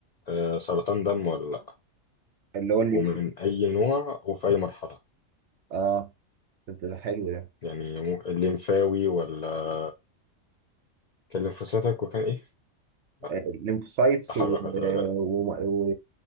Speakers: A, on the left; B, on the right.
A: آه، سرطان دم ولا لأ
B: اللي هو اليوكي
A: ومن أي نوع وفي أي مرحلة
B: اه ده ده حلو ده
A: يعني مو- الليمفاوي ولا كان ليمفوسيتك وكان إيه؟ لا
B: آه، الليمفوسايتس
A: تحرك
B: و... و...
A: ولا ولا
B: و...